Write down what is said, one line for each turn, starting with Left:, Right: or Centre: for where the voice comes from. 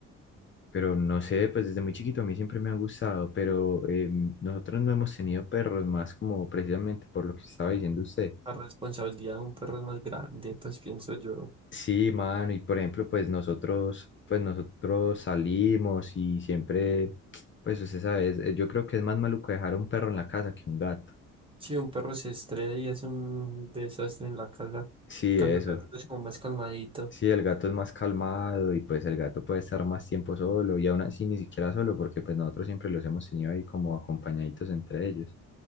Left: pero no sé, pues desde muy chiquito a mí siempre me han gustado, pero eh, nosotros no hemos tenido perros más como precisamente por lo que estaba diciendo usted.
Right: La responsabilidad de un perro es más grande, pues pienso yo.
Left: Sí, mano, y por ejemplo, pues nosotros, pues nosotros salimos y siempre, pues usted sabe, es- yo creo que es más maluco dejar a un perro en la casa que un gato.
Right: Sí, un perro se estresa y es un desastre en la casa.
Left: Sí,
Right: En cambio,
Left: eso.
Right: el gatito es como más calmadito.
Left: Sí, el gato es más calmado y pues el gato puede estar más tiempo solo y aún así ni siquiera solo porque pues nosotros siempre los hemos tenido ahí como acompañaditos entre ellos.